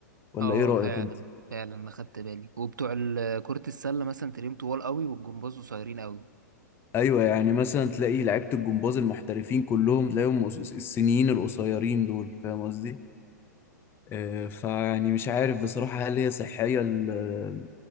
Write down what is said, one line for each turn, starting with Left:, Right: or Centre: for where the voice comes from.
Left: ولا
Right: اه
Left: ايه رأيك
Right: فعلا
Left: انت
Right: فعلا انا خدت بالي وبتوع ال- كرة السلة مثلا تلاقيهم طوال قوي والجمباز قصيرين قوي
Left: ايوه يعني مثلا تلاقي لعيبة الجمباز المحترفين كلهم تلاقيهم الس- السنيين القصيرين دول فاهم قصدي آه، فيعني مش عارف بصراحة هل هي صحية ل-